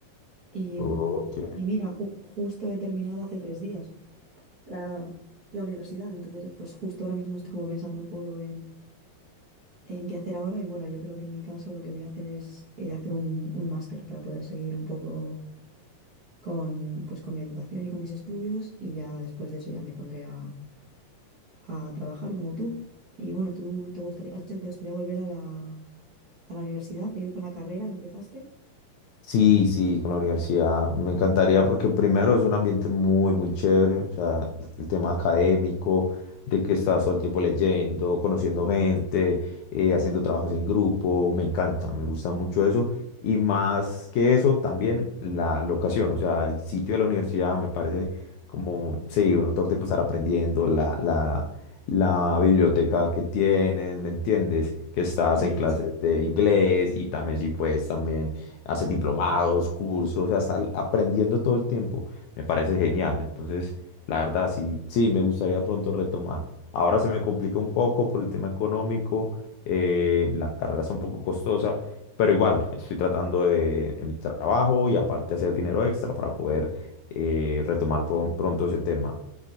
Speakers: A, on the right; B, on the left.
A: y,
B: Ok.
A: mm, y mira, ju- justo he terminado hace tres días la, la universidad, entonces pues justo ahora mismo estoy como pensando un poco en qué hacer ahora y bueno, yo creo que en mi caso lo que voy a hacer es eh, hacer un, un máster para poder seguir un poco con, pues, con mi educación y con mis estudios y ya después de eso ya me pondré a, a trabajar como tú. Y bueno, tú te gustaría, has dicho que te gustaría volver a la, a la universidad, seguir con la carrera que empezaste.
B: Sí, sí, con la universidad. Me encantaría porque primero es un ambiente muy, muy chévere, o sea, el, el tema académico, de que estás todo el tiempo leyendo, conociendo gente, eh, haciendo trabajos en grupo, me encanta, me gusta mucho eso. Y más que eso, también la locación, o sea, el sitio de la universidad me parece como, sí, uno todo el tiempo estar aprendiendo, la, la, la biblioteca que tienen, ¿me entiendes? que estás
A: Sí,
B: en clases
A: sí, sí.
B: de inglés y también sí puedes también haces diplomados, cursos, o sea, está aprendiendo todo el tiempo. Me parece genial. Entonces, la verdad, sí, sí, me gustaría pronto retomar. Ahora se me complica un poco por el tema económico, eh, la carrera está un poco costosa, pero igual, estoy tratando de, en mi trabajo y aparte hacer dinero extra para poder eh, retomar pro- pronto ese tema,